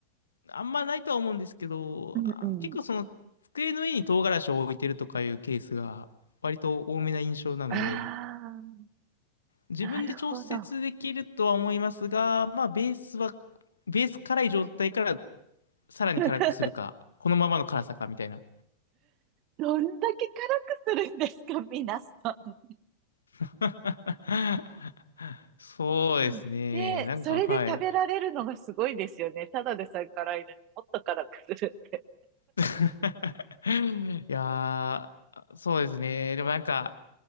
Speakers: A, on the left (about 75°); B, on the right (about 40°).
A: あんまないとは思うんですけど、
B: うんうん。
A: あ結構その机の上に唐辛子を置いてるとかいうケースが割と多めな印象なので、
B: ああ、
A: 自分で調節できるとは思いますが、
B: なるほど。
A: まあベースは、ベース辛い状態からさらに辛くするか、
B: <laughs>
A: このままの辛さかみたいな。
B: どんだけ辛くするんですか、皆さん。
A: <laughs> そうですね。
B: うんで、
A: なんか、
B: それで食べられるのがすごいですよね。
A: はい。
B: ただでさえ辛いのにもっと辛くする。
A: <laughs> いやー、そうですね。でもなんか、